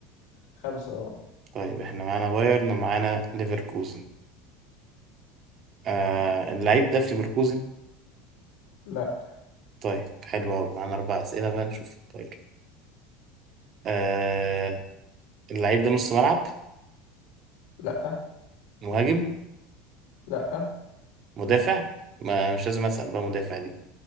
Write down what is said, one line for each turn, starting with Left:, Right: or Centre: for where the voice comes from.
Left: خمسة أه
Right: طيب احنا معانا بايرن ومعانا ليفركوزن آه اللعيب ده في ليفركوزن
Left: لا
Right: طيب حلو أوي معانا أربع أسئلة بقى نشوف طيب آه اللعيب ده نص ملعب
Left: لا
Right: مهاجم
Left: لا
Right: مدافع ما مش لازم أسأل بقى مدافع دي